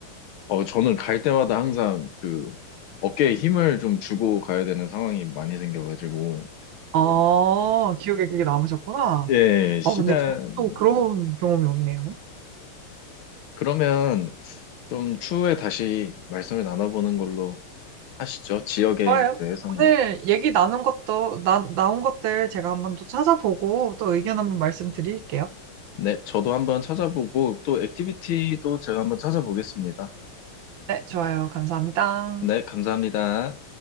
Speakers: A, on the left; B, on the right.
A: 어, 저는 갈 때마다 항상 그 어깨에 힘을 좀 주고 가야 되는 상황이 많이 생겨가지고,
B: 아, 기억에 그게 남으셨구나.
A: 예, 시간
B: 아, 근데 저도 그런
A: 좀.
B: 경험이 없네요.
A: 그러면 좀 추후에 다시 말씀을 나눠보는 걸로 하시죠. 지역에
B: 좋아요.
A: 대해서는.
B: 오늘 얘기 나눈 것도, 나, 나온 것들 제가 한번 또 찾아보고 또 의견 한번 말씀드릴게요.
A: 네, 저도 한번 찾아보고 또 액티비티도 제가 한번 찾아보겠습니다.
B: 네, 좋아요. 감사합니다.
A: 네, 감사합니다.